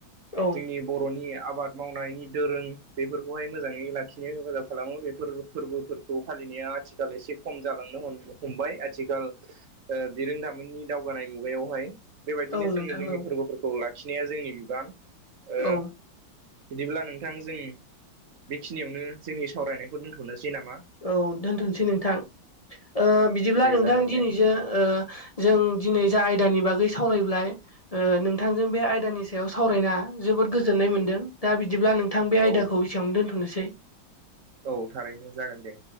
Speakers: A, on the left; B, on the right.
A: औ
B: जोंनि बर'नि आबाद मावनायनि दोरों बेफोरखौहाय मोजाङै लाखिनो हेफाजाब खालामो बेफोर फोरबोफोर खौ फालिनाया आथिखाल एसे खम जालांनो हमबाय आथिखाल ओ बिरोंदामोननि दावगानाय मुगायावहाय बेबायदिनो
A: औ
B: जोङो
A: नोंथां
B: जोंनि
A: औ
B: फोरबोफोरखौ लाखिनाया जोंनि बिबान। ओ
A: औ
B: बिदिब्ला नोंथां जों बेखिनियावनो जोंनि सावरायनायखौ दोनथ'नोसै नामा?
A: औ दोनथ'सै नोंथां। ओ बिदिब्ला
B: दे
A: नोंथां
B: जागोन
A: दिनैजों
B: दे
A: ओ जों दिनै जा आयदानि बागै सावरायबाय ओ नोंथांजों बे आयदानि सायाव सावरायना जोबोद गोजोननाय मोनदों। दा बिदिब्ला नोंथां बिथां बे आयदाखौ
B: औ
A: एसेयावनो दोनथ'नोसै।
B: औ थारैनो जागोन दे।